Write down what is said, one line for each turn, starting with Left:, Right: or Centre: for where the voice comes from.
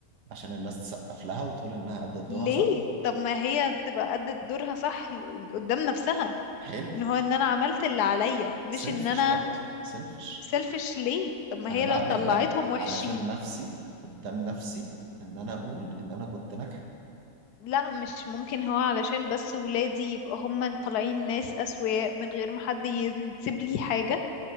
Right: عشان الناس تسقف لها وتقول إنها أدت دورها
Left: ليه؟
Right: صح
Left: طب ما هي تبقى أدت دورها صح ل- قدام نفسها
Right: حلو
Left: ان هو ان انا عملت اللي عليا مش
Right: سيلفش
Left: ان انا
Right: برضه سيلفش
Left: سيلفش ليه؟ طب ما
Right: أنا
Left: هي
Right: بعمل
Left: لو طلعتهم
Right: ده
Left: وحشين
Right: علشان نفسي قدام نفسي إن أنا أقول إن أنا كنت ناجحة
Left: لا مش ممكن هو علشان بس ولادي يبقى هم طالعين ناس أسوياء من غير ما حد يسيب لي حاجة